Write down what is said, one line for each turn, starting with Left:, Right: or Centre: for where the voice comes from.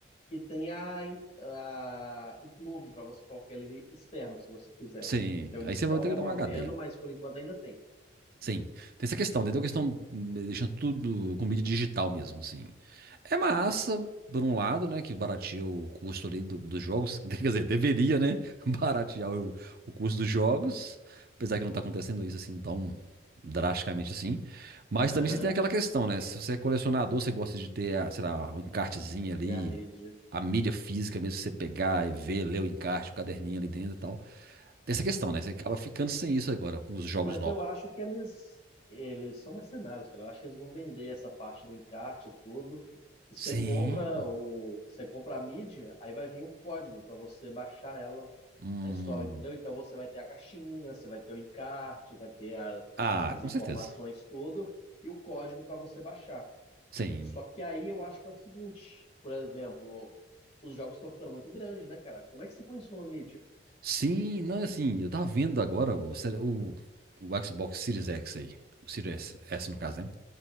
Left: e tem a, a- o plug para você colocar ele externo, se você quiser.
Right: Sim.
Left: Então eles
Right: Aí você
Left: estão
Right: vai ter
Left: removendo,
Right: que dar um HD.
Left: mas por enquanto ainda tem.
Right: Sim, tem essa questão, entendeu? A questão hum, deixando tudo com mídia digital mesmo, assim. É massa, por um lado, né, que barateia o custo ali do- dos jogos, <laughs> quer dizer, deveria, né, <laughs> baratear o, o custo dos jogos, apesar que não tá acontecendo isso assim tão drasticamente assim. Mas
Left: Aham,
Right: também você tem aquela questão, né, se você é colecionador, você gosta de ter, a, sei lá, um encartezinho ali,
Left: Tem a mídia.
Right: a mídia física mesmo, você pegar e ver, ler o encarte, o caderninho ali dentro e tal. Tem essa questão, né, você acaba ficando sem isso agora com os jogos
Left: Mas
Right: novos.
Left: eu acho que eles eles são mercenários, cara. Eu acho que eles vão vender essa parte do encarte e tudo. Você
Right: Sim.
Left: compra o, você compra a mídia, aí vai vir o código para você baixar ela
Right: Hum.
Left: na história, entendeu? Então você vai ter a caixinha, você vai ter o encarte, vai ter a-
Right: Ah,
Left: as
Right: com
Left: informações
Right: certeza.
Left: tudo e o código para você baixar.
Right: Sim.
Left: Só que aí eu acho que é o seguinte, por exemplo, os jogos estão ficando muito grandes, né, cara? Como é que você põe isso numa mídia?
Right: Sim, não é assim. Eu tava vendo agora o, série- o, o Xbox Series X aí. O Series S, no caso, né?